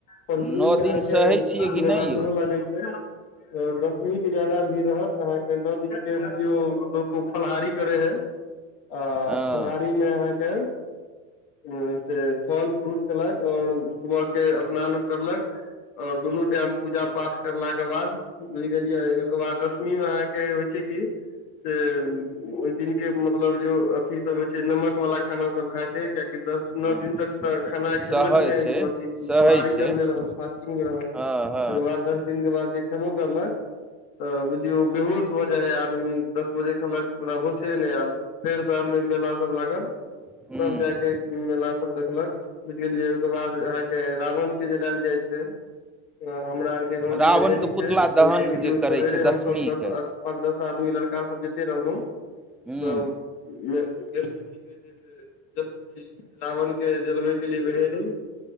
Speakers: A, on the left (about 65°); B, in the centre.
A: पञ्चमी
B: नओ
A: के अहाँके
B: दिन सहै छियै कि
A: मेला
B: नहि यौ
A: सेहो लागैत छै दसवीं के ज्यादा भीड़ रहत अहाँके न जो लोगो फलहारी करे हैय आ
B: हँ
A: फलाहारीमे अहाँके ह से फल फ्रूट खेलक आओर सुबह के स्नान करलक और दुनू टाइम पूजा पाठ करलाक के बाद बुझि गेलियै ओहिके बाद दशमी मे अहाँके होइ छै की से ओहि दिन के मतलब जो अथी सब होइ छै नमक वाला खाना सब खााय छै कियाकि दस नओ
B: हँ
A: दिन तक तऽ खेनाइ खेलक
B: सहै
A: नहि
B: छै
A: अथी
B: सहै
A: फलाहारी
B: छै
A: करने रहल फास्टिंग मे रहल
B: हँ
A: तहिके
B: हँ
A: बाद
B: हँ
A: दस दिनक बाद देखेबो करलक तऽ बुझियौ बेहोश भऽ जाइ हय आदमी दस बजे कहलक ओकरा होशे नहि आयल फेरसँ शाम मेला सब लागल
B: हू
A: तब जाके
B: <inaudible>
A: मेला सब देखलक बुझि गेलियै ओहिके बाद अहाँके रावण के जलायल जाइ छै ह हमरा आरके गाँव
B: रावणके
A: जे बहेरी
B: पुतला
A: छै
B: दहन
A: बुझियौ
B: जे करै
A: सबेरे
B: छै दशमीके
A: हम सब दस पाँच दस आदमी लड़ का सब जते रहलहु
B: हूँ
A: त गेलहु की कहै छै से रावण के जलबै के लिए बेर एलु